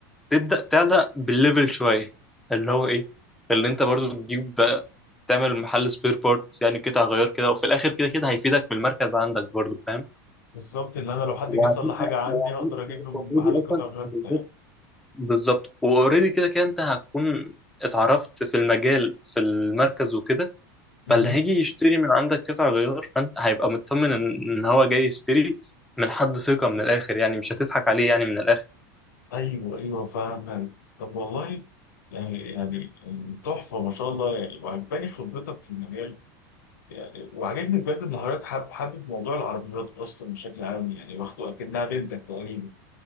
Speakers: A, in the centre; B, on the left.
A: تبدأ تعلق بالليفل شوية اللي هو ايه اللي انت برضو تجيب بقى تعمل محل سبير بارتس يعني قطع غيار كده وفي الاخر كده كده هيفيدك في المركز عندك برضو فاهم
B: بالظبط ان انا لو حد
A: وهتبقى
B: جه يصلح حاجه عندي هقدر اجيب له من
A: اوريدي
B: محل القطع
A: اصلا
B: غير
A: بالظبط
B: بتاعي
A: بالظبط واوريدي كده كده انت هتكون اتعرفت في المجال في المركز وكده فاللي
B: مهم.
A: هيجي يشتري من عندك قطع غيار فانت هيبقى مطمن ان إن هو جاي يشتري من حد ثقة من الاخر يعني مش هتضحك عليه يعني من الاخر
B: ايوه ايوه فاهم يعني طب والله يعني يعني يعني تحفه ما شاء الله يعني وعجباني خبرتك في المجال يعني وعجبني بجد ان حضرتك حابب حابب موضوع العربيات اصلا بشكل عام يعني واخده اكنها بنتك تقريبا